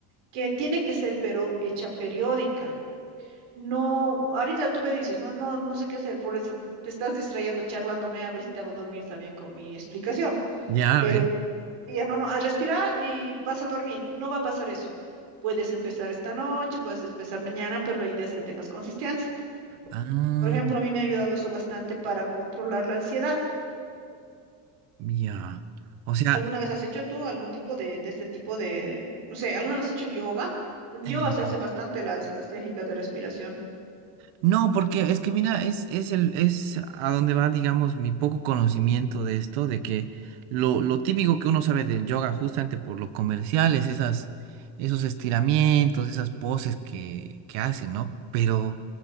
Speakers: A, on the right; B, on the right.
A: que tiene que ser, pero hecha periódica. No, ahorita tú me dices, no, no, no sé qué hacer, por eso te estás distrayendo, charlándome, a ver si te hago dormir también con mi explicación.
B: Ya,
A: Pero
B: a ver.
A: ya no, no, a respirar y vas a dormir, no va a pasar eso. Puedes empezar esta noche, puedes empezar mañana, pero la idea es que tengas consistencia.
B: Ah,
A: Por ejemplo, a mí me ha ayudado eso bastante para controlar la ansiedad.
B: ya. O sea,
A: ¿Alguna vez has hecho tú algún tipo de, de este tipo de, no sé, alguna vez has hecho yoga? En
B: eh,
A: yoga se hace bastante las, las técnicas de respiración.
B: No, porque es que mira, es, es el, es a donde va, digamos, mi poco conocimiento de esto, de que lo, lo típico que uno sabe del yoga, justamente por lo comercial, es esas, esos estiramientos, esas poses que, que hacen, ¿no? Pero